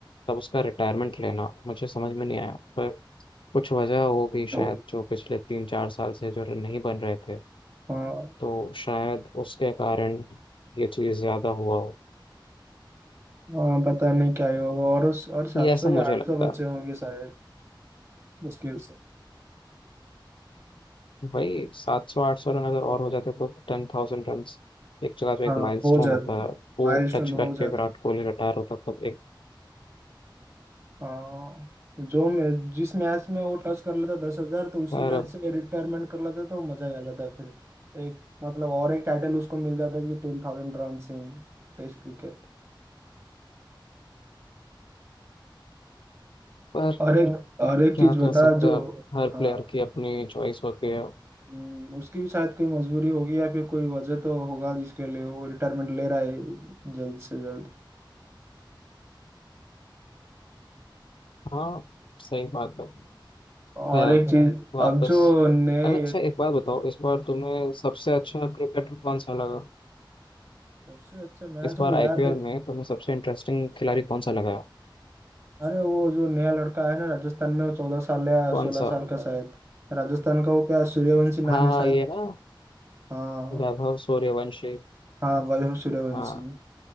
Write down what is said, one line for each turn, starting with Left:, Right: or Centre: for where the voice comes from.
Left: तब उसका रिटायरमेंट लेना मुझे समझ में नहीं आया पर कुछ वजह होगी शायद
Right: तो
Left: जो पिछले तीन चार साल से जो रन नहीं बन रहे थे
Right: हाँ
Left: तो शायद उसके कारण ये चीज़ ज़्यादा हुआ हो
Right: हाँ पता नहीं क्या ही होगा और उस और सात
Left: ये ऐसा
Right: सौ या
Left: मुझे
Right: आठ
Left: लगता
Right: सौ बचे
Left: है
Right: होंगे शायद मुश्किल
Left: भाई सात सौ आठ सौ रन अगर
Right: से
Left: और हो जाते तो टेन थाउजेंड रन एक जगह जो एक
Right: हाँ
Left: माइलस्टोन
Right: हो जाता
Left: होता है वो
Right: माइलस्टोन
Left: टच
Right: हो
Left: करके
Right: जाता
Left: विराट कोहली रिटायर होता तब एक
Right: हाँ जो मैं जिस मैच में वो टच कर लेता दस हजार तो उसी
Left: पर
Right: मैच से रिटायरमेंट कर लेता तो मजा ही आ जाता फिर एक मतलब और एक टाइटल उसको मिल जाता कि टेन थाउजेंड रन इन टेस्ट क्रिकेट
Left: पर
Right: और एक और एक
Left: क्या
Right: चीज बता
Left: कर सकते
Right: जो
Left: हैं अब हर
Right: हाँ
Left: प्लेयर की अपनी चॉइस होती है
Right: हम्म, उसकी भी शायद कोई मजबूरी होगी या फिर कोई वजह तो होगा जिसके लिए वो रिटायरमेंट ले रहा है जल्द से जल्द
Left: हाँ सही बात है
Right: और
Left: खैर
Right: एक चीज
Left: वापस
Right: अब जो नए
Left: अरे, अच्छा एक बात बताओ इस बार तुम्हें सबसे अच्छा क्रिकेटर कौन सा लगा
Right: सबसे अच्छा मैच
Left: इस
Right: तो
Left: बार
Right: वो याद
Left: आईपीएल
Right: है
Left: में तुम्हें सबसे इंटरेस्टिंग खिलाड़ी कौन सा लगा
Right: अरे वो जो नया लड़का है ना राजस्थान में वो चौदह साल या
Left: कौन
Right: सोलह
Left: सा
Right: साल का शायद राजस्थान का वो क्या सूर्यवंशी
Left: हाँ
Right: नाम है
Left: हाँ
Right: शायद
Left: ये ना
Right: हाँ
Left: वैभव सूर्यवंशी
Right: हाँ वैभव सूर्यवंशी
Left: हाँ